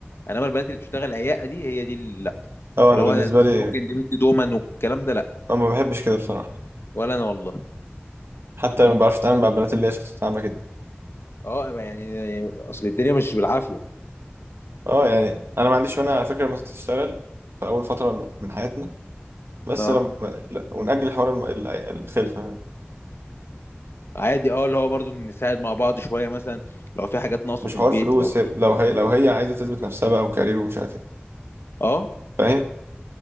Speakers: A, on the left (about 75°); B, on the right (about 70°).
A: انما البنات اللي بتشتغل عياقه دي هي دي اللي لا
B: اه
A: اللي
B: انا بالنسبه
A: هو سترونج
B: لي
A: اندبندنت وومن والكلام ده لا
B: انا ما بحبش كده بصراحه
A: ولا انا والله
B: حتى ما بعرفش اتعامل مع البنات اللي هي شخصيتها عامله كده
A: اه يعني اصل الدنيا مش بالعافيه
B: اه يعني انا ما عنديش مانع على فكره لما تشتغل في اول فتره م- من حياتنا بس
A: اه
B: لما لا، ونأجل حوار الم... ال- الخلفه
A: عادي اه اللي هو برضو نساعد مع بعض شويه مثلا لو في حاجات ناقصه
B: مش
A: في
B: حوار
A: البيت
B: فلوس
A: لو في
B: هي... لو هي لو هي عايزه تثبت نفسها بقى وكارير ومش عارف ايه
A: اه
B: فاهم